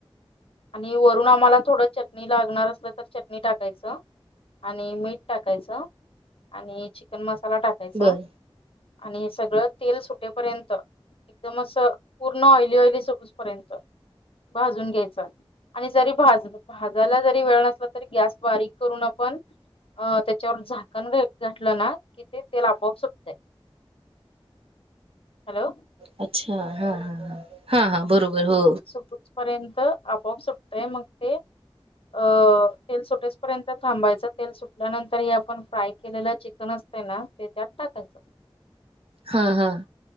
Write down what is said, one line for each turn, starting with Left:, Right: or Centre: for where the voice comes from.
Left: आणि वरून आम्हाला थोडं चटणी लागणार असलं तर, चटणी टाकायचं. आणि मीठ टाकायचं. आणि चिकन मसाला टाकायचा.
Right: बर
Left: आणि सगळं तेल सुटेपर्यंत, एकदम असं पूर्ण ऑइली ऑइली सुटूपर्यंत भाजून घ्यायच. आणि जरी भाज भाजायला जरी वेळ नसला, तरी गॅस बारीक करून आपण अ त्याच्यावर झाकण घ घाठलं ना कि ते तेल आपोआप सुटतंय. हॅलो.
Right: अच्छा, हा ह हा हा बरोबर हो.
Left: र्य आपोआप सुटतय मग ते सुटे पर्यंत थांबायचं. तेल सुटल्यानंतर हे आपण फ्राय केलेलं चिकन असते ना. ते त्यात टाकायचं.
Right: ह ह.